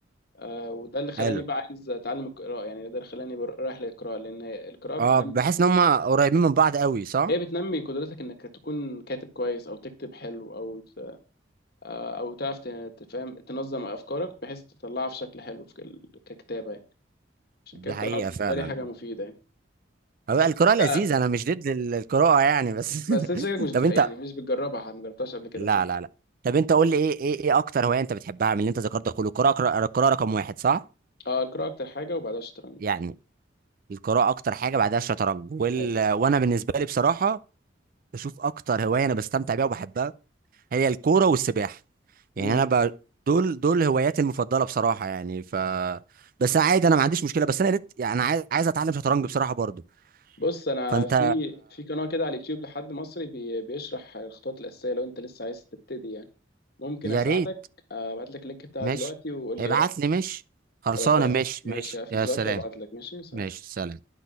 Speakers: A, on the left; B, on the right.
A: آه، وده اللي خلاني
B: حلو
A: بقى عايز اتعلم القراءه يعني ده اللي خلاني بر- رايح للقراءه لان هي- القراءه بتنمي
B: اه بحس ان هم قريبين من بعض قوي صح
A: هي بتنمي قدرتك انك تكون كاتب كويس او تكتب حلو او ت- او تعرف ت- تفهم تنظم افكارك بحيث تطلعها في شكل حلو في ال- ككتابه يعني عشان
B: دي
A: كده القراءه
B: حقيقه
A: بالنسبه
B: فعلا
A: لي حاجه مفيده يعني
B: هو القراءه
A: انت
B: لذيذه انا مش ضد ال- القراءه يعني بس <laughs>
A: بس انت شكلك مش بتح...
B: طب انت
A: يعني مش بتجربها ما جربتهاش قبل كده
B: لا
A: صح
B: لا لا طب انت قول لي ايه ايه ايه اكتر هوايه انت بتحبها من اللي انت ذكرتها كله القراءه القراءه رقم واحد صح
A: اه القراءه اكتر حاجه وبعدها الشطرنج
B: يعني القراءة أكتر حاجة بعدها الشطرنج وال...
A: ايوه
B: وأنا بالنسبة لي بصراحة بشوف أكتر هواية أنا بستمتع بيها وبحبها هي الكورة والسباحة يعني
A: امم
B: أنا ب... دول دول هواياتي المفضلة بصراحة يعني ف بس عادي أنا ما عنديش مشكلة بس أنا ريت... يعني أنا عايز عايز أتعلم شطرنج بصراحة برضو
A: بص انا
B: فأنت
A: في في قناه كده على اليوتيوب لحد مصري بي... بيشرح الخطوات الاساسيه لو انت لسه عايز تبتدي يعني ممكن
B: يا
A: اساعدك
B: ريت
A: آه، ابعت لك اللينك بتاعها
B: ماشي
A: دلوقتي وقول لي
B: ابعت
A: ايه رايك
B: لي ماشي خلصانة
A: خلاص يا-
B: ماشي
A: ماشي
B: ماشي
A: هقفل
B: يا
A: دلوقتي
B: سلام
A: وابعت لك ماشي سلام
B: ماشي سلام